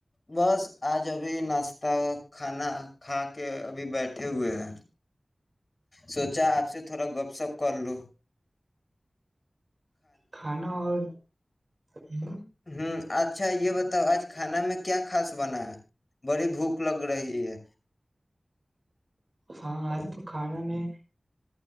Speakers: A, on the left; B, on the right.
A: بس آج ابھی ناشتہ کھانا کھا کے ابھی بیٹھے ہوئے ہیں سوچا آپ سے تھوڑا گپ سپ کر لو
B: کھانا اور ہ
A: ہ اچھا یہ بتاؤ آج کھانا میں کیا خاس بنا ہے بڑی بھوک لگ رہی ہے
B: ہاں آج تو کھانا میں